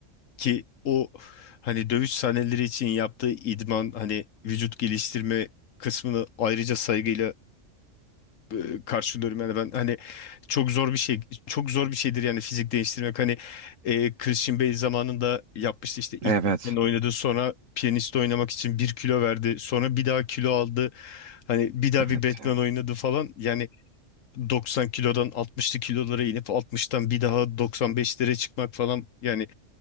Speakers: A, on the left; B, on the right.
A: ki o hani dövüş sahneleri için yaptığı idman hani vücut geliştirme kısmını ayrıca saygıyla e, karşılıyorum yani ben hani çok zor bir şey çok zor bir şeydir yani fizik değiştirmek hani e, Christian Bale zamanında yapmıştı işte ilk
B: Evet,
A: Batman oynadı sonra piyanist oynamak için bir kilo verdi sonra bir daha kilo aldı hani bir daha
B: evet
A: bir Batman
B: ya.
A: oynadı falan yani 90 kilodan 60'lı kilolara inip 60'tan bir daha 95'lere çıkmak falan yani